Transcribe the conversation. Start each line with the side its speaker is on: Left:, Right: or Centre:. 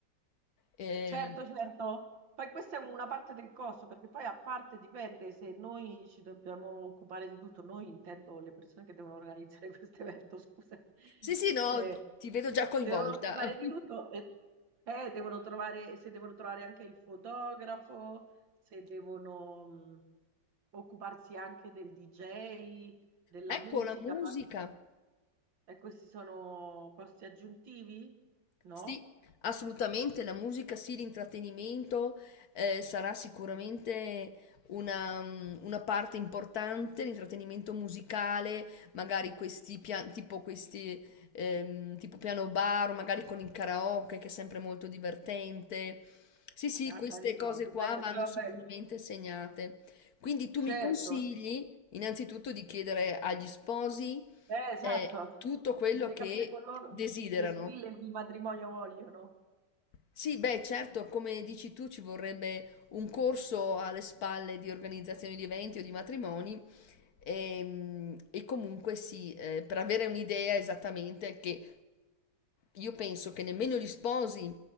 Left: eh.
Right: Certo, certo. Poi questa è una parte del costo, perché poi a parte dipende se noi ci dobbiamo occupare di tutto, noi intendo le persone che devono organizzare <laughs> questo evento, scusa.
Left: Sì, sì, no,
Right: Eh,
Left: ti vedo già coinvolta.
Right: si devono occupare di
Left: <laughs>
Right: tutto e eh, devono trovare, se devono trovare anche il fotografo, se devono mh, occuparsi anche del DJ, della
Left: Ecco
Right: musica,
Left: la musica.
Right: e questi sono costi aggiuntivi? No?
Left: Sì, assolutamente, la musica sì, l'intrattenimento eh, sarà sicuramente una, mm, una parte importante, l'intrattenimento musicale, magari questi pian- tipo questi ehm, tipo piano bar, o magari con il karaoke che è sempre molto divertente. Sì, sì,
Right: Ah,
Left: queste
Right: carino,
Left: cose
Right: dipende,
Left: qua vanno
Right: poi vabbè,
Left: sicuramente segnate. Quindi tu mi
Right: Certo,
Left: consigli innanzitutto di chiedere agli sposi
Right: eh, esatto.
Left: eh, tutto quello
Right: Bisogna
Left: che
Right: capire con loro
Left: desiderano.
Right: che stile di matrimonio vogliono.
Left: Sì, beh, certo, come dici tu, ci vorrebbe un corso alle spalle di organizzazione di eventi o di matrimoni Ehm, E, comunque sì, eh, per avere un'idea esattamente che io penso che nemmeno gli sposi